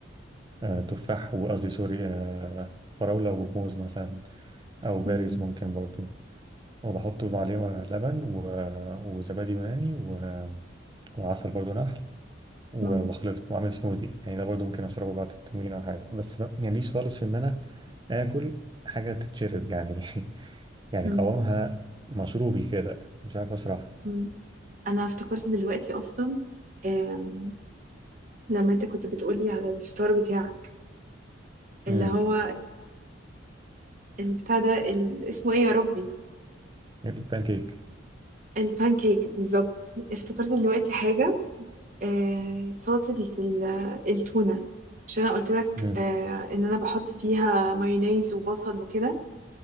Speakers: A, on the right; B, on the right.
A: آه، تفاح وقصدي سوري آه، فراوله وموز مثلا او بارز
B: مم.
A: ممكن برضه وبحط عليه لبن و- وزبادي يوناني و- وعسل برضه نحل و-
B: مم.
A: واخلطه واعمل سموذي يعني ده برضه ممكن اشربه بعد التمرين او حاجه بس ما- يعني ليش خالص في ان انا اكل حاجه تتشرب يعني <laughs> يعني
B: مم.
A: قوامها مشروبي كده مش عارف اشرحها
B: مم. انا افتكرت دلوقتي اصلا آم، لما انت كنت بتقولي على الفطار بتاعك اللي
A: امم
B: هو البتاع ده ال- اسمه ايه يا ربي
A: البانكيك
B: البانكيك بالظبط افتكرت دلوقتي حاجة آه سلطة ال- التونة عشان انا قلت لك
A: امم
B: آه ان انا بحط فيها مايونيز وبصل وكده